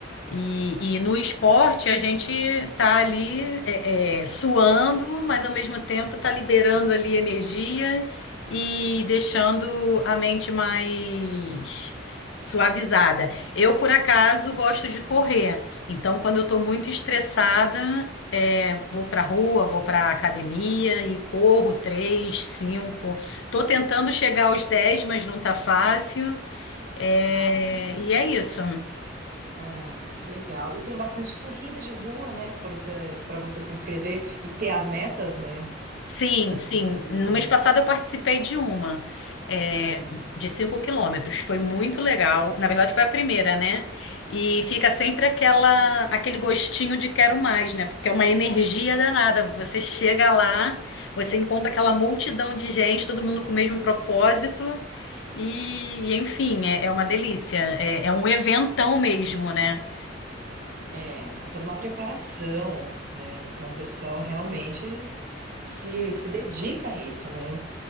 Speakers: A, on the left; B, on the right.
A: E, e no esporte a gente tá ali é, é, suando, mas ao mesmo tempo tá liberando ali energia e deixando a mente mais suavizada. Eu, por acaso, gosto de correr.
B: É Verdade.
A: Então, quando eu tô muito estressada, é, vou pra rua,
B: É.
A: vou pra academia e corro três, cinco. Tô tentando chegar aos 10, mas não tá fácil. É,
B: Ah, nossa.
A: e é isso.
B: Ai, que legal. E tem bastante corrida de rua, né? Para você, para você se inscrever e ter as metas, né?
A: Sim,
B: Da
A: sim.
B: corrida.
A: No mês passado eu participei de uma, é,
B: Ah,
A: de 5 quilômetros. Foi muito legal. Na verdade, foi a primeira, né? E fica sempre aquela, aquele gostinho de quero mais, né? Porque é uma energia danada. Você chega lá, você encontra aquela multidão de gente, todo mundo com o mesmo propósito. E, e, enfim, é, é uma delícia. É, é um eventão mesmo, né?
B: É, é toda uma preparação, né? Então, o pessoal realmente se, se dedica a isso, né?